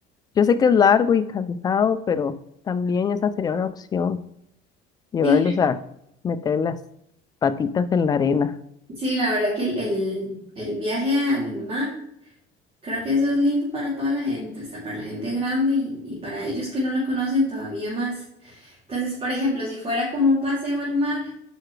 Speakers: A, on the left; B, on the right.
A: Yo sé que es largo y cansado, pero también esa sería una opción, llevarlos
B: Sí,
A: a meter las patitas en la arena.
B: sí, la verdad que el, el- el viaje al mar, creo que eso es lindo para toda la gente, hasta para la gente grande y, y para ellos que no lo conocen todavía más. Entonces, por ejemplo, si fuera como un paseo al mar,